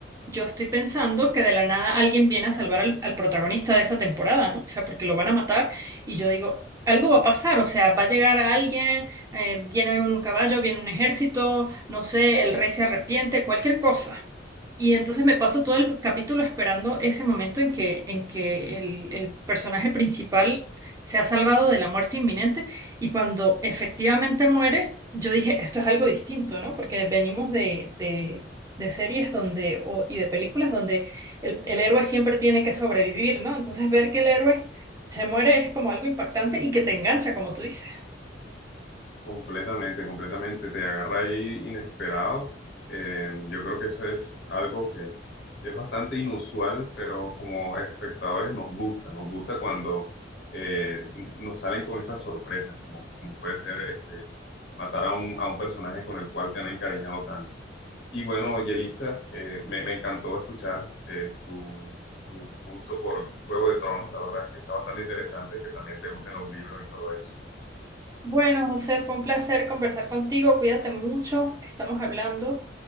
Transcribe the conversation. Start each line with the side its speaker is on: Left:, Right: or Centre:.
Right: yo estoy pensando que de la nada alguien viene a salvar al, al protagonista de esa temporada, ¿no? O sea, porque lo van a matar y yo digo, algo va a pasar, o sea, va a llegar alguien, eh, viene un caballo, viene un ejército, no sé, el rey se arrepiente, cualquier cosa. Y entonces me paso todo el capítulo esperando ese momento en que, en que el, el personaje principal se ha salvado de la muerte inminente y cuando efectivamente muere, yo dije, esto es algo distinto, ¿no? Porque venimos de, de, de series donde, o- y de películas donde el, el héroe siempre tiene que sobrevivir, ¿no? Entonces ver que el héroe se muere es como algo impactante y que te engancha, como tú dices.
Left: Completamente, completamente. Te agarra ahí inesperado. Eh, yo creo que eso es algo que, que es bastante inusual, pero como espectadores nos gusta. Nos gusta cuando eh, nos salen con esas sorpresas, como, como puede ser este, matar a un, a un personaje con el cual te han encariñado tanto. Y
Right: Sí.
Left: bueno, Yelitza, eh, me, me encantó escuchar eh, tu, tu gusto por Juego de Tronos. La verdad es que está bastante interesante que también te gusten los libros y todo eso.
Right: Bueno, José, fue un placer conversar contigo. Cuídate mucho. Estamos hablando.